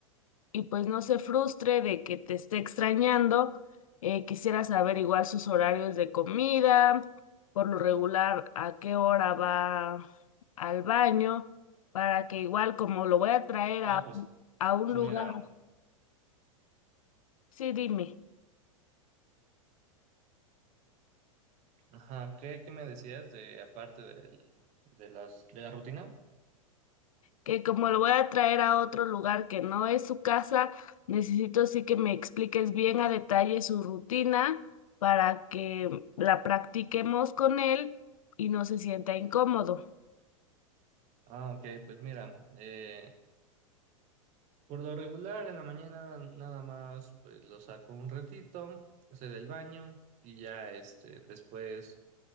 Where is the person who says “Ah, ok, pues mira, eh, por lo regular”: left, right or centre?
Right